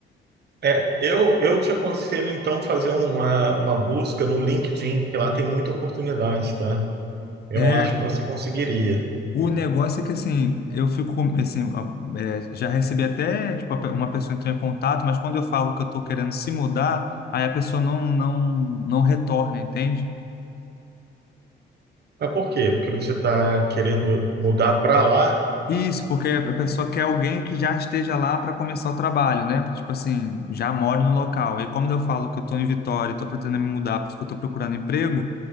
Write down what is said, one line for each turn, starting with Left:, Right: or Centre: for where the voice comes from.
Right: É, eu, eu te aconselho então fazer uma, uma busca no LinkedIn, que lá tem muita oportunidade, tá? Eu
Left: É,
Right: acho que você conseguiria.
Left: O negócio é que, assim, eu fico, com- assim, a- é, já recebi até, tipo, a pe- uma pessoa entrou em contato, mas quando eu falo que eu estou querendo se mudar, aí a pessoa não, não, não retorna, entende?
Right: Mas por quê? Porque você está querendo mudar para lá.
Left: Isso, porque a pessoa quer alguém que já esteja lá para começar o trabalho, né? Tipo assim, já mora no local. E como eu falo que eu estou em Vitória, estou pretendendo me mudar porque eu estou procurando emprego,